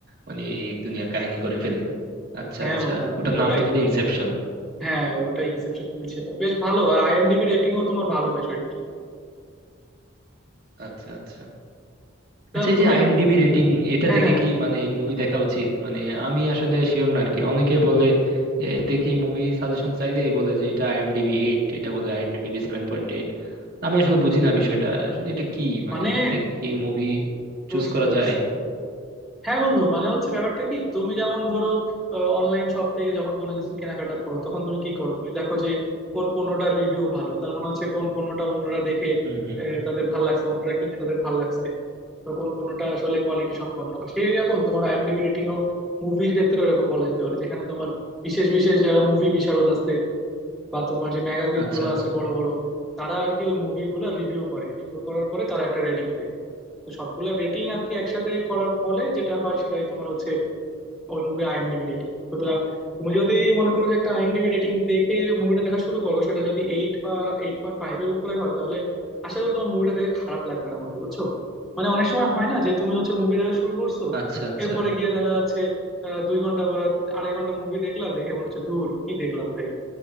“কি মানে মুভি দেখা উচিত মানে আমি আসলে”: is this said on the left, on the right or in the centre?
Right